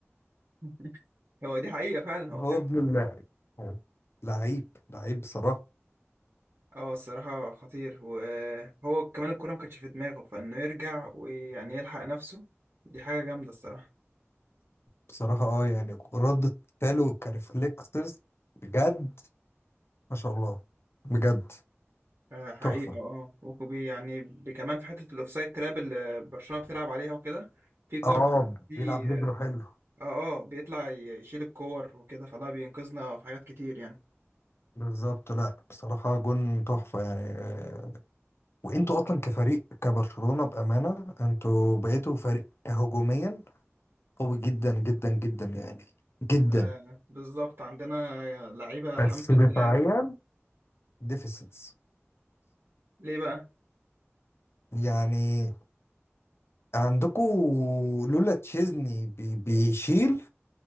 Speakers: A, on the right (about 60°); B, on the left (about 60°).
A: <laughs> هو دي حقيقة فعلا هو
B: هو
A: كان
B: ابن الله لعيب لعيب بصراحه
A: اه الصراحة خطير وهو كمان الكورة ما كانتش في دماغه فانه يرجع ويعني يلحق نفسه دي حاجة جامدة الصراحة
B: بصراحه اه يعني ردة فعله كريفلكسز بجد ما شاء الله بجد
A: آه حقيقة
B: تحفه
A: اه وكوبي يعني ب- كمان في حتة الاوفسايد تراب اللي برشلونة بتلعب عليها وكده في كور
B: اه
A: دي
B: بيلعب ليبرو
A: اه
B: حلو
A: اه بيطلع يشيل الكور وكده فلا بينقذنا في حاجات كتير يعني
B: بالظبط لا بصراحه جون تحفه يعني آه، وانتوا اصلا كفريق كبرشلونه بامانه انتوا بقيتوا فريق هجوميا قوي جدا جدا جدا يعني جدا
A: آه بالظبط عندنا لعيبة الحمد
B: بس
A: لله
B: دفاعيا ديفيسيتس
A: ليه بقى؟
B: يعني عندكم لولا تشيزني بي- بيشيل